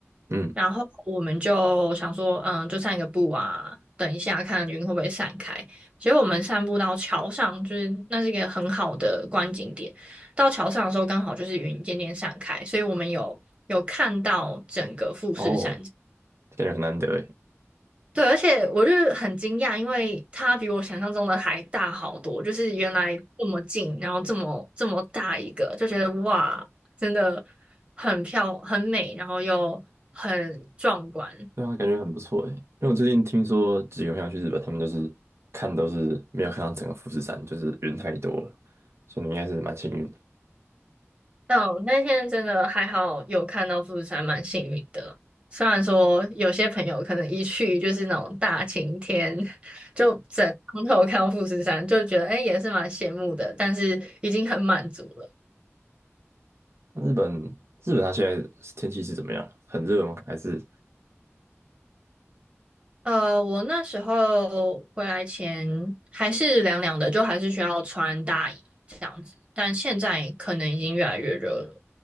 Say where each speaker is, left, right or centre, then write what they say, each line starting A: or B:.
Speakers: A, on the right; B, on the right.
A: 嗯，
B: 然后我们就想说，嗯，就散个步啊，等一下看云会不会散开。结果我们散步到桥上，就是那是一个很好的观景点。到桥上的时候，刚好就是云渐渐散开，所以我们有有看到整个富士山。
A: 哦，感觉很难得诶，
B: 对，而且我就是很惊讶，因为它比我想象中的还大好多，就是原来这么近，然后这么这么大一个，就觉得哇，真的很漂很美，然后又很壮观。
A: 对啊，感觉很不错诶，因为我最近听说几个朋友去日本，他们就是看都是没有看到整个富士山，就是人太多了，所以你应该是蛮幸运的。
B: 嗯，那天真的还好有看到富士山，蛮幸运的。虽然说有些朋友可能一去就是那种大晴天，就整从头看到富士山，就觉得哎、诶也是蛮羡慕的，但是已经很满足了。
A: 那日本日本它现在天气是怎么样？很热吗？还是
B: 呃，我那时候回来前还是凉凉的，就还是需要穿大衣这样子，但现在可能已经越来越热了。